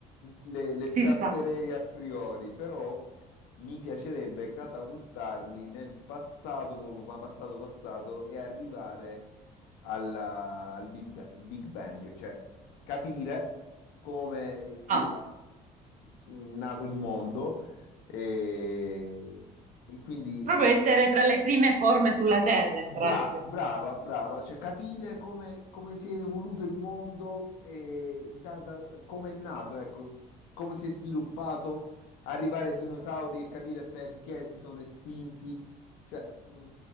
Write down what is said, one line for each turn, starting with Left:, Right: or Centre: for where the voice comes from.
Left: le, le scarterei
Right: ci sta.
Left: a priori, però Mi piacerebbe catapultarmi nel passato, proprio, ma passato passato, e arrivare alla- al Big, Ba- Big Bang, cioè capire come sia
Right: Ah,
Left: s- nato il mondo e, e quindi
Right: proprio
Left: cioè,
Right: essere tra le prime forme sulla Terra, in
Left: Bra-
Right: pratica.
Left: brava, brava, cioè capire come, come si è evoluto il mondo, e da, da- come è nato, ecco, come si è sviluppato, arrivare ai dinosauri e capire perché si sono estinti. Cioè, mh,